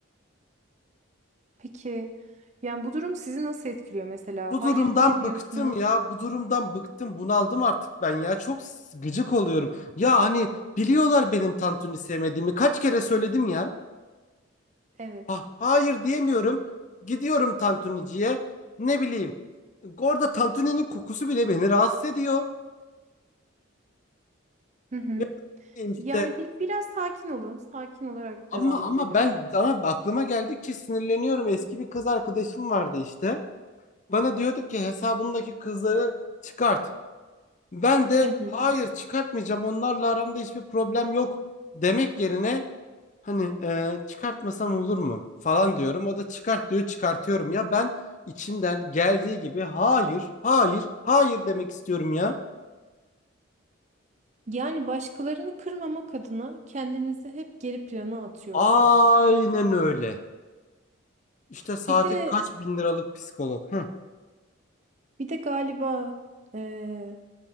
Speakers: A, on the right; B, on the left.
A: Peki, yani bu durum sizi nasıl etkiliyor mesela?
B: Bu
A: Hayır
B: durumdan
A: diyemiyorsunuz.
B: bıktım ya. Bu durumdan bıktım. Bunaldım artık ben ya. Çok s- gıcık oluyorum. Ya hani biliyorlar benim Tantuni sevmediğimi. Kaç kere söyledim ya.
A: Evet.
B: Ha, hayır diyemiyorum. Gidiyorum Tantunici'ye. Ne bileyim. Orada Tantuni'nin kokusu bile beni rahatsız ediyor.
A: Hı hı.
B: Ne bileyim işte.
A: Yani bir, biraz sakin olun. Sakin olarak
B: Ama
A: devam
B: ama
A: edelim.
B: ben ama aklıma geldikçe sinirleniyorum. Eski bir kız arkadaşım vardı işte. Bana diyordu ki hesabındaki kızları çıkart. Ben de
A: Hı hı.
B: hayır çıkartmayacağım. Onlarla aramda hiçbir problem yok demek yerine Hani e, çıkartmasam olur mu falan diyorum. O da çıkart diyor çıkartıyorum. Ya ben içimden geldiği gibi hayır, hayır, hayır demek istiyorum ya.
A: Yani başkalarını kırmamak adına kendinizi hep geri plana atıyorsunuz.
B: Aynen öyle. İşte saate
A: Bir de
B: kaç bin liralık psikolog. Hı.
A: bir de galiba eee,